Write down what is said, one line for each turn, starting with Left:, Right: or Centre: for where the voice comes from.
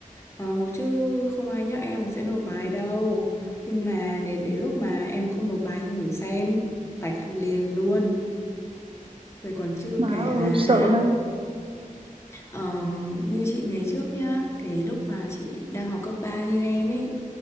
Left: ờ, chứ không ai nhắc em là sẽ nộp bài đâu. Nhưng mà đến, đến lúc mà em không nộp bài thử xem, tạch liền luôn. Rồi còn chưa
Right: Má
Left: kể
Right: ơi,
Left: là
Right: sợ thế,
Left: Ờ, như chị ngày trước nhá, cái lúc mà chị đang học cấp 3 như em ấy,